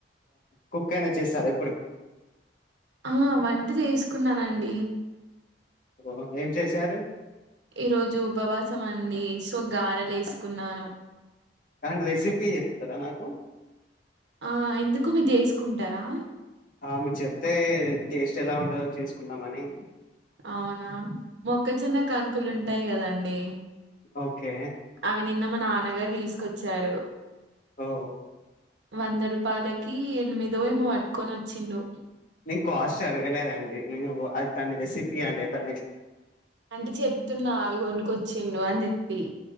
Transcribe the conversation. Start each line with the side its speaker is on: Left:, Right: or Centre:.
Left: కుక్ అయినా చేస్తారు ఇప్పుడు
Right: ఆ వంట చేసుకున్నానండి
Left: హ ఏం చేశారు
Right: ఈ రోజు ఉపవాసం అండి సో గారలేస్ కున్నాను
Left: అండ్ రెసిపీ తర నాకు
Right: ఆ ఎందుకు మీది చేసుకుంటారా
Left: ఆ మీరు చెప్తే టేస్ట్ ఎలా ఉంటదో చేసుకున్నామని
Right: అవునా మొక్కజొన్న కంకులు ఉంటాయ్ కదండి
Left: ఓకే
Right: అవి నిన్న మా నాన్నగారు తీసుకొచ్చారు
Left: ఓ
Right: వంద రూపాలకీ ఎనిమిదో ఏమో పట్టుకొని వచ్చిండు
Left: కాస్ట్ అడగలేదండి నేను వో అట్ దాన్ని రెసిపీ అంటే దన్ని
Right: అంటే చెప్తున్నా అవి గొనుక్కొచ్చిండు అని చెప్పి